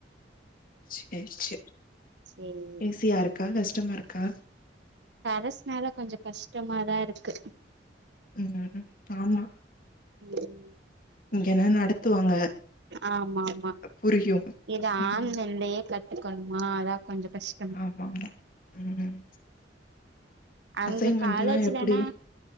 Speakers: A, on the left (about 50°); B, on the right (about 75°).
A: சேர் சேர்
B: சேரி
A: ஈசியா இரு க்கா கஷ்டமா இருக்கா
B: கரஸ்னால கொஞ்ச கஷ்டமாதா இருக்கு
A: ம் ஆமா
B: ம்
A: இங்கன்னா நடத்துவாங்க
B: ஆமா ஆமா
A: புரியு
B: இத
A: ம்
B: ஆன்லைன்லயே கத்துக்கணுமா அதா கொஞ்ச கஷ்
A: ஆமா ஆமா ம்
B: அங்க
A: அசைன்மெண்ட்லா
B: காலேஜ்லனா
A: எப்டி